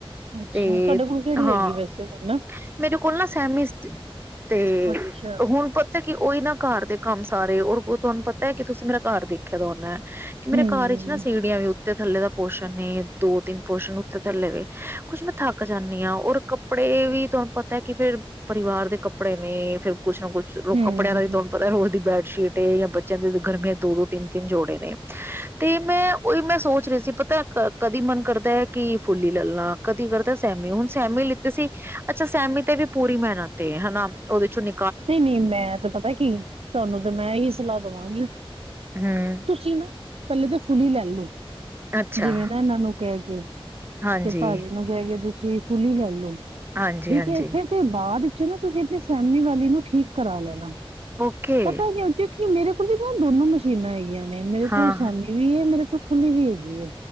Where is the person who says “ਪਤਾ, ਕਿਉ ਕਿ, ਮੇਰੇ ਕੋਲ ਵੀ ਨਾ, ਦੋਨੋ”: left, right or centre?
Right